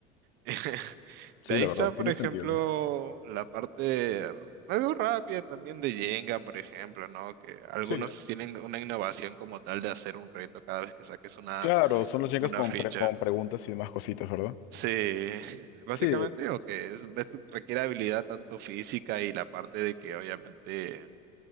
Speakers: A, on the right; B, on the left.
A: <laughs>
B: Sí,
A: De ahí
B: la
A: está,
B: verdad,
A: por
B: tiene
A: ejemplo,
B: sentido.
A: la parte algo rápida también de Jenga, por ejemplo, ¿no? Que algunos
B: Sí,
A: tienen una innovación como tal de hacer un reto cada vez que saques una,
B: claro, son los Jengas
A: una
B: con,
A: ficha.
B: pre- con preguntas y demás cositas, ¿verdad?
A: Sí, <laughs> básicamente,
B: Sí,
A: o que es, ves, requiere habilidad tanto física y la parte de que obviamente